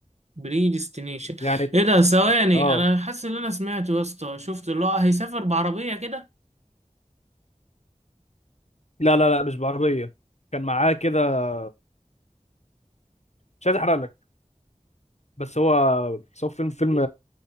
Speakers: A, on the right (about 55°); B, on the left (about 55°).
A: بريديستنيشن
B: يعني
A: ايه ده ثواني
B: اه
A: انا حاسس ان انا سمعته يا اسطى شفت اللي هو هيسافر بعربية كده
B: لا لا لا مش بعربية كان معاه كده مش عايز أحرق لك بس هو بس هو فيلم فيلم